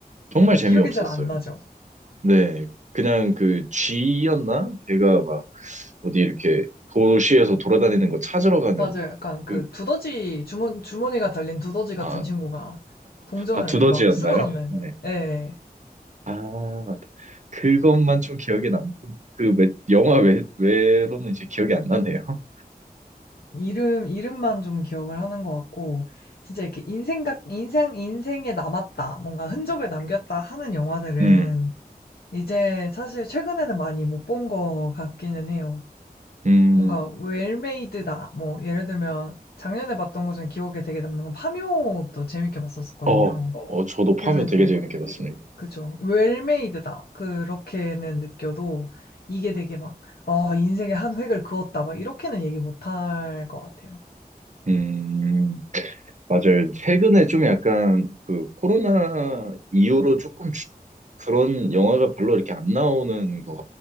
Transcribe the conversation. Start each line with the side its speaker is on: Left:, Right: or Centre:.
Right: 정말 재미없었어요.
Left: 기억이 잘 안 나죠?
Right: 네. 그냥 그 쥐였나? 걔가 막 어디 이렇게 도시에서 돌아다니는 거 찾으러 가는
Left: 맞아요. 약간 그
Right: 그
Left: 두더지 주머 주머니가 달린 두더지 같은
Right: 아,
Left: 친구가 동전을
Right: 아, 두더지였나요?
Left: 막 쓸어 담는
Right: 네.
Left: 예.
Right: 아, 맞다. 그것만 좀 기억에 남고, 그 외, 영화 외, 외로는 이제 기억이 안 나네요. <laughs>
Left: 이름 이름만 좀 기억을 하는 것 같고 진짜 이렇게 인생 각 인생 인생에 남았다 뭔가 흔적을 남겼다 하는 영화들은
Right: 음,
Left: 이제 사실 최근에는 많이 못 본 것 같기는 해요.
Right: 음,
Left: 뭔가 웰메이드다. 뭐 예를 들면 작년에 봤던 것 중에 기억에 되게 남는 건 파묘도 재밌게 봤었거든요.
Right: 어, 어, 저도
Left: 그래서
Right: 파묘
Left: 이제
Right: 되게
Left: 면재밌
Right: 재밌게 봤습니다.
Left: 그쵸. 웰메이드다. 그렇게는 느껴도 이게 되게 막, 아, 인생의 한 획을 그었다. 막 이렇게는 얘기 못 할 것 같아요.
Right: 음, 맞아요. 최근에 좀 약간 그 코로나 이후로 조금 주- 그런 영화가 별로 이렇게 안 나오는 것